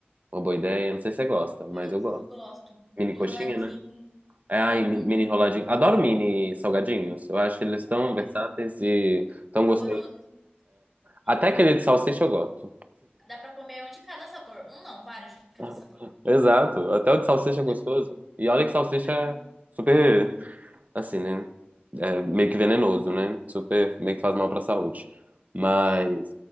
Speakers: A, on the right (about 40°); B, in the centre.
A: uma boa ideia. Não sei se você gosta, mas
B: Isso,
A: eu gosto.
B: gosto.
A: Mini
B: Enroladinho.
A: coxinha, né? É, Ai,
B: Uhum.
A: mi- mini enroladinho. Adoro mini salgadinhos. Eu acho que eles estão
B: Eu também.
A: versáteis e tão
B: Saboroso.
A: gostosos.
B: Aham.
A: Até aquele de salsicha eu gosto.
B: Dá pra comer um de cada sabor. Um não, vários de cada
A: <laughs>
B: sabor.
A: Exato. Até o de salsicha é gostoso.
B: Uhum.
A: E olha que salsicha
B: Ai,
A: é super, assim, né? É meio que venenoso, né? Super, meio que faz mal pra saúde. Mas.
B: É.